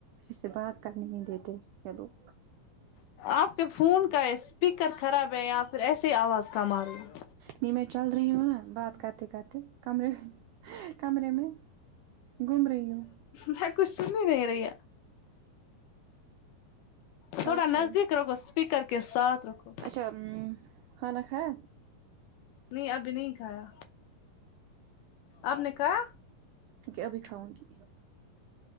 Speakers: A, on the right; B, on the left.
A: اس سے بات کرنے نہیں دیتے یہ لوگ
B: آپ کے فون کا اسپیکر خراب ہے یا پھر ایسے ہی آواز کم آ رہی ہے
A: نہیں میں چل رہی ہوں نا بات کرتے کرتے کمرے کمرے میں گھوم رہی ہوں
B: میں کچھ سن ہی نہیں رہی تھوڑا
A: کیا کریں
B: نزدیک رکھو سپیکر کے ساتھ رکھو
A: اچھا ہمم کھانا کھایا
B: نہیں ابھی نہیں کھایا آپ نے کہا
A: کیا ابھی کھاؤں گی